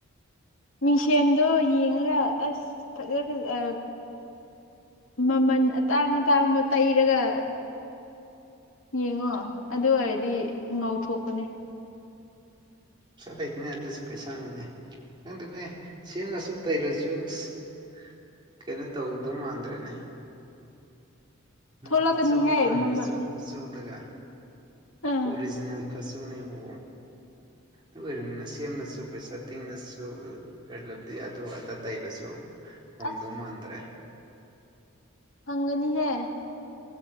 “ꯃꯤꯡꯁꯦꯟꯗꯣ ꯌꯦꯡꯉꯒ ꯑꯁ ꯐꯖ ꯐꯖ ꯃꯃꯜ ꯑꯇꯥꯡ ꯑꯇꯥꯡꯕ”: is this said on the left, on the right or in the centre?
Left